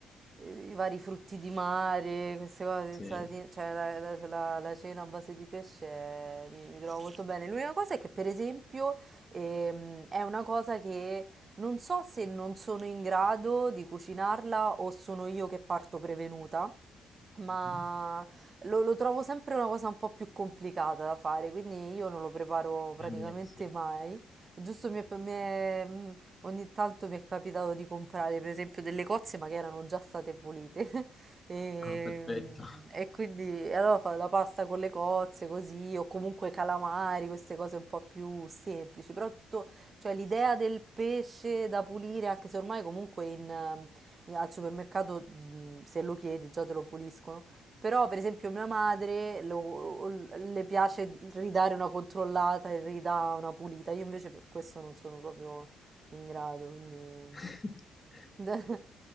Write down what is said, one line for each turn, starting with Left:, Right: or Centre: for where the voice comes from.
Right: eh, i vari frutti di mare, queste cose,
Left: Sì.
Right: insalatine, cioè la, la- la- la cena a base di pesce eh, mi, mi trovo molto bene. L'unica cosa è che per esempio ehm, è una cosa che non so se non sono in grado di cucinarla o sono io che parto prevenuta ma
Left: Mhm.
Right: lo, lo trovo sempre una cosa un po' più complicata da fare, quindi io non lo preparo praticamente
Left: Eh, sì.
Right: mai. Giusto mi è- mi è- mh, ogni tanto mi è capitato di comprare, per esempio, delle cozze, ma che erano già state pulite. <laughs> E,
Left: Ah, perfetto.
Right: mh, e quindi e allora fa la pasta con le cozze, così, o comunque calamari, queste cose un po' più semplici. Però tutto, cioè l'idea del pesce da pulire, anche se ormai comunque in, al supermercato, mh, se lo chiedi, già te lo puliscono. Però, per esempio, mia madre lo- le piace ridare una controllata e ridà una pulita. Io invece per questo non sono proprio in grado, quindi
Left: <laughs>
Right: <laughs>